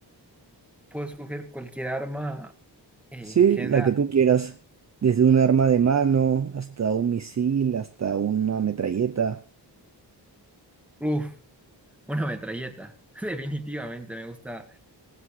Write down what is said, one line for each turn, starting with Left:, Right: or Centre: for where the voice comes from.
Centre: Puedo escoger cualquier arma eh,
Right: Sí,
Centre: en general.
Right: la que tú quieras, desde un arma de mano hasta un misil, hasta una metralleta.
Centre: Uf, una metralleta. <laughs> Definitivamente me gusta